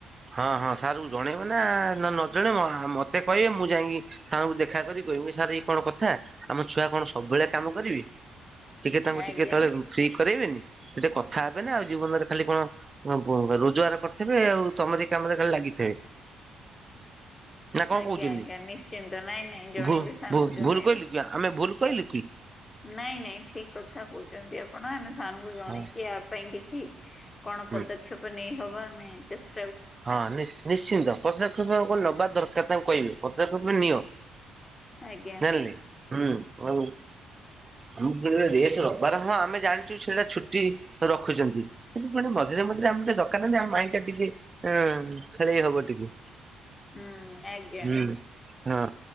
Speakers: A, on the right; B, on the left.
A: ହଁ ହଁ ସାର୍ କୁ ଜଣେଇବେ ନା ନା ନ ଜଣେଇବ ମତେ କହିବେ। ମୁଁ ଯାଇକି ସାର୍ ଙ୍କୁ ଦେଖା କରି କହମି ସାର୍ ଏଇ କଣ କଥା ଆମ ଛୁଆ କଣ ସବୁବେଳେ କାମ କରିବେ। ଟିକେ ତାଙ୍କୁ ଟିକେ
B: ଆଜ୍ଞା।
A: ତଳେ ରୁଚିକ କରେଇବେନି ସେ ଟେ କଥା ହେବେ ନା। ଆଉ ଜୀବନରେ ଖାଲି କଣ ରୋଜଗାର କରିଥିବେ। ଆଉ ତମରି କାମରେ ଖାଲି ଲାଗିଥିବେ। ନା କଣ
B: ଆଜ୍ଞା
A: କହୁଛନ୍ତି
B: ଆଜ୍ଞା ନିଶ୍ଚିନ୍ତ ନାଇଁ ନାଇଁ ଜଣେଇବି
A: ଭୁଲ
B: ସାରଙ୍କୁ
A: ଭୁଲ
B: ଜଣେଇବା।
A: ଭୁଲ କହିଲୁ କି? ଆମେ ଭୁଲ କହିଲୁ କି?
B: ନାଇଁ ନାଇଁ ଠିକ କଥା କହୁଛନ୍ତି ଆପଣ। ଆମେ ସାର୍ ଙ୍କୁ ଜଣେଇକି
A: ହଁ
B: ଆ ପାଇଁ କିଛି କଣ
A: ହୁଁ
B: ପଦକ୍ଷେପ ନେଇ ହବ ଆମେ ଚେଷ୍
A: ହଁ ନି ନିଶ୍ଚିନ୍ତ ପଦକ୍ଷେପ କଣ ନବା ଦରକାର। ତାଙ୍କୁ କହିବେ ପଦକ୍ଷେପ ନିଅ।
B: ଆଜ୍ଞା।
A: ଯାଣିଲେ ହୁଁ ହୁଁ । ମୁଁ କହିଲି ରେଷଟ ରବିବାର ହଁ ଆମେ ଜାଣିଛୁ ସେଟା ଛୁଟି ରଖୁଛନ୍ତି। ପେ ମଝିରେ ମଝେରେ ଯେ ଆମକୁ ଟିକେ ଦରକାର ନାଁ ନାଇଁ ଆମ ମାଇଣ୍ଡି ଟା ଟିକେ ଅ ଖେଳେଇ ହବ ଟିକେ।
B: ହୁଁ ଆଜ୍ଞା।
A: ହୁଁ। ହଁ